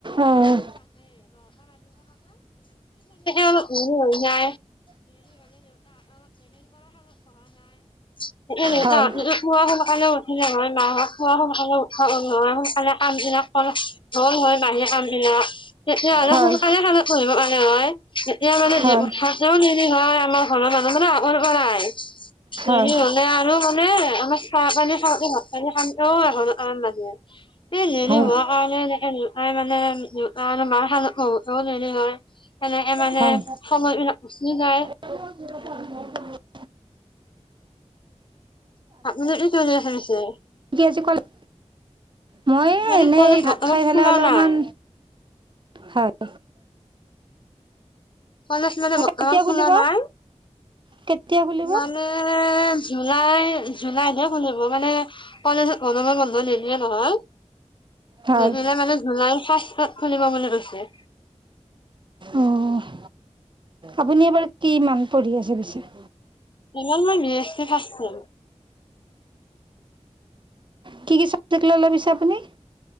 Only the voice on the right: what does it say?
অ'
হয়
হয়
হয়
হয়
হয়
হয়
<inaudible>
কি আজি কলেজ, মই
এনেই
ভাত
খাই
পেলাই অলপমান
হয়।
কেতিয়া
খুলিব
কেতিয়া খুলিব
হয়
অ', আপুনি এবাৰ কিমান পঢ়ি আছে পিছে?
কি, কি চাবজেক্ট ল'লে পিছে আপুনি?